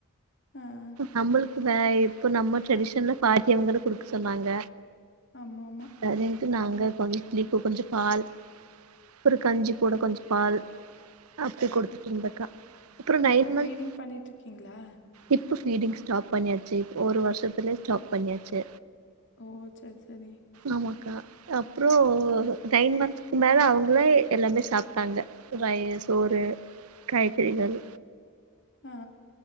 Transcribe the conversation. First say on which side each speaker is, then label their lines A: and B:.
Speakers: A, on the left; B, on the right.
A: அ
B: நம்மளுக்கு வே இப்ப நம்ம ட்ரெடிஷன்ல பாக்கியவங்ள குடுக்க சொன்னாங்க
A: ஆமாமா
B: சரின்ட்டு நாங்க கொஞ்ச புளிப்பு கொஞ்ச பால் அப்புற கஞ்சி கூட கொஞ்ச பால் அப்டி கொடுத்துட்டு இருந்தக்கா அப்றோ
A: இப்ப
B: நைன் மந்த்
A: ஃபீடிங் பண்ணிட்டுருக்கீங்களா
B: இப்ப ஃபீடிங் ஸ்டாப் பண்ணியாச்சு இப்ப ஒரு வருஷத்துலே ஸ்டாப் பண்ணியாச்சு
A: ஓ சரி சரி
B: ஆமாக்கா அப்புறோ நைன் மந்த்ஸ்க்கு மேல அவங்களே எல்லாமே சாப் இருக்காங்க ரை சோறு காய்கறிகள்
A: ஆ